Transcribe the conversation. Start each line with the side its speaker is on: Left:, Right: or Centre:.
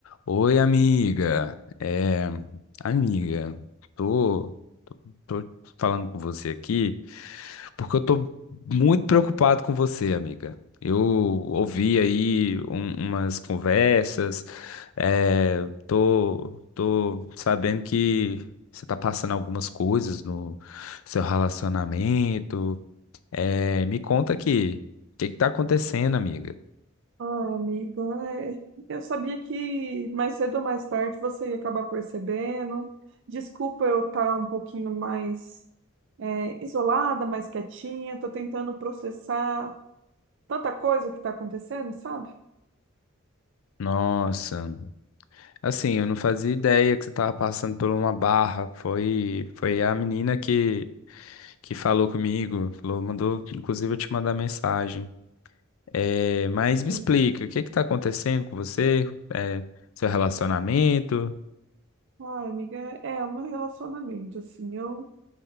Left: Oi, amiga. É, amiga, tô, tô falando com você aqui porque eu tô muito preocupado com você, amiga. Eu ouvi aí um- umas conversas, é, tô, tô sabendo que você tá passando algumas coisas no seu relacionamento. É, me conta aqui, o que que tá acontecendo, amiga?
Right: Ah, amigo, é, eu sabia que mais cedo ou mais tarde você ia acabar percebendo. Desculpa eu estar um pouquinho mais é, isolada, mais quietinha. Tô tentando processar tanta coisa que está acontecendo, sabe?
Left: Nossa. Assim, eu não fazia ideia que você tava passando por uma barra. Foi, foi a menina que, que falou comigo, falou, mandou, inclusive, eu te mandar mensagem. É, mas
Right: Sim.
Left: me explica, o que que tá acontecendo com você? É, seu relacionamento?
Right: Ai, amiga, é, é o meu relacionamento, assim. Eu,